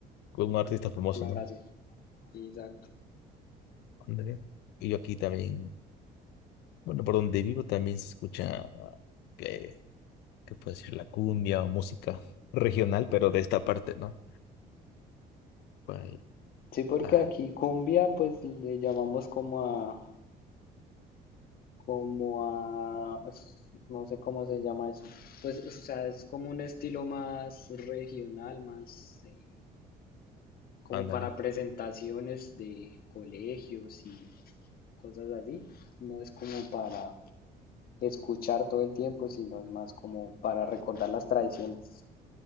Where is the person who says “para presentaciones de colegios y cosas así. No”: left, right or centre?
Left